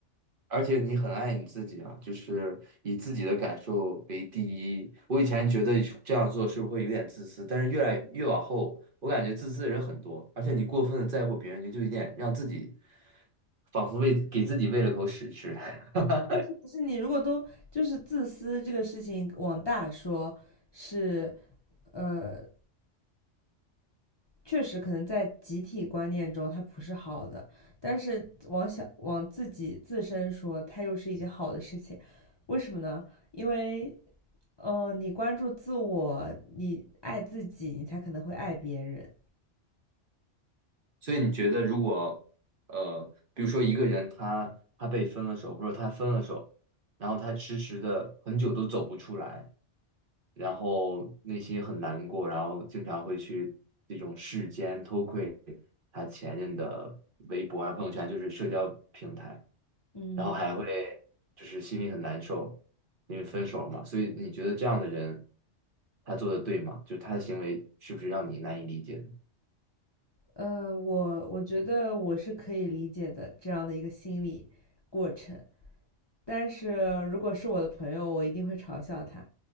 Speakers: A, on the right; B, on the left.
A: 而且你很爱你自己啊，就是以自己的感受为第一。我以前觉得这样做是不是会有点自私，但是越来越往后，我感觉自私的人很多，而且你过分的在乎别人，你就有点让自己仿佛喂给自己喂了口屎吃。<laughs>
B: 就是你如果都就是自私这个事情往大说，是，呃，确实可能在集体观念中它不是好的，但是往小往自己自身说，它又是一件好的事情。为什么呢？因为，呃，你关注自我，你爱自己，你才可能会爱别人。
A: 所以你觉得，如果呃，比如说一个人他他被分了手，或者他分了手，然后他迟迟的很久都走不出来。然后内心很难过，然后经常会去这种世间偷窥他前任的微博啊、朋友圈，就是社交平台，
B: 嗯。
A: 然后还会就是心里很难受，因为分手了嘛。所以你觉得这样的人，他做的对吗？就是他的行为是不是让你难以理解的
B: 嗯，我我觉得我是可以理解的这样的一个心理过程，但是如果是我的朋友，我一定会嘲笑他，